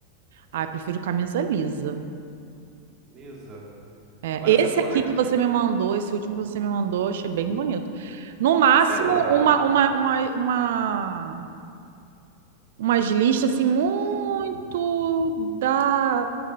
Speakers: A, on the right (about 55°); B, on the right (about 30°).
A: Ah, eu prefiro camisa lisa.
B: Lisa.
A: É,
B: Olha
A: esse
B: essa cor
A: aqui
B: aqui.
A: que você me mandou, esse último que você me mandou, eu achei bem bonito. No máximo,
B: Sei lá.
A: uma, uma, uma, uma, umas listas assim, muito da